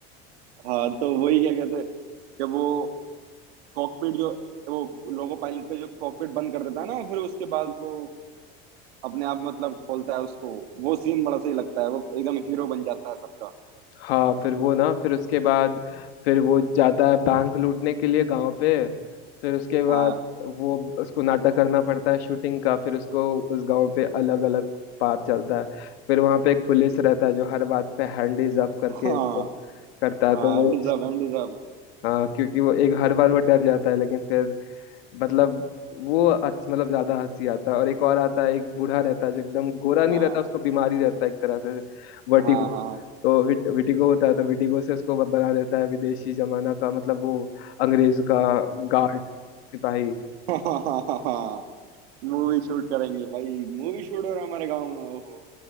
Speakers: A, on the right; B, on the left.
A: हाँ तो वही क्या कहते हैं कि वो कॉकपिट जो वो लोको पायलट का जो कॉकपिट बंद कर देता है ना फिर उसके बाद वो अपने आप मतलब खोलता है उसको वो सीन बड़ा सही लगता है वो एकदम हीरो बन जाता है सबका
B: हाँ फिर वो ना फिर उसके बाद फिर वो जाता है बैंक लूटने के लिए गांव पे फिर उसके बाद
A: हाँ
B: वो उसको नाटक करना पड़ता है शूटिंग का फिर उसको उस गांव पे अलग अलग बात चलता है फिर वहां पे एक पुलिस रहता है जो हर बात पे हैंडीज अप
A: हाँ
B: करके उसको करता है
A: हाँ
B: तो
A: एंड
B: वो
A: सब एंड सब
B: हाँ क्योंकि वो एक
A: <laughs>
B: हर बार वो डर जाता है लेकिन फिर मतलब वो अच्छा मतलब ज्यादा हंसी आता है और एक और आता है एक बूढ़ा रहता है जो एकदम गोरा
A: हाँ
B: नहीं रहता उसको बीमारी रहता है एक तरह से वर्टिगो
A: हाँ हाँ
B: तो विट, विटिगो होता है तो विटिगो से उसको ब- बना देता है विदेशी जमाना का मतलब वो अंग्रेज का गार्ड सिपाही
A: हाँ मूवी शूट करेंगे भाई मूवी शूट हो रहा है हमारे गांव में ओहो